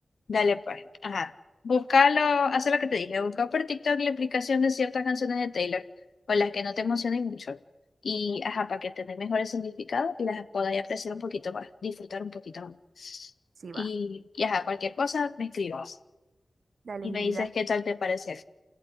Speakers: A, on the left; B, on the right.
A: Dale pues, ajá. Búscalo, haz lo que te dije, busca por TikTok la explicación de ciertas canciones de Taylor, o las que no te emocionen mucho, y ajá, para que tengas mejores significados y las podáis apreciar un poquito más, disfrutar un poquito más.
B: Sí
A: Y,
B: va.
A: y ajá, cualquier cosa, me escribas.
B: Dale,
A: y
B: mi
A: me dices
B: vida.
A: qué tal te pareció.